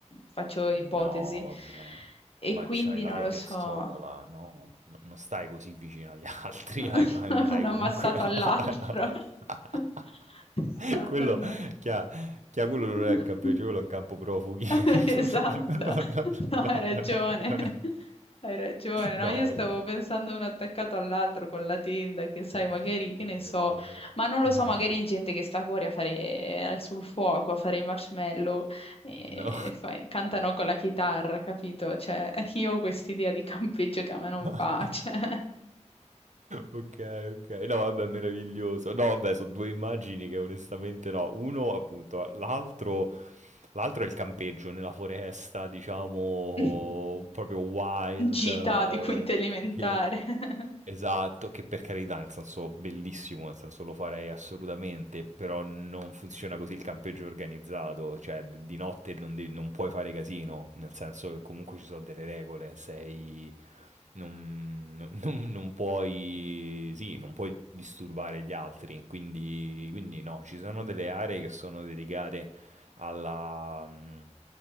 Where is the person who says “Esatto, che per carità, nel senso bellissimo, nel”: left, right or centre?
Right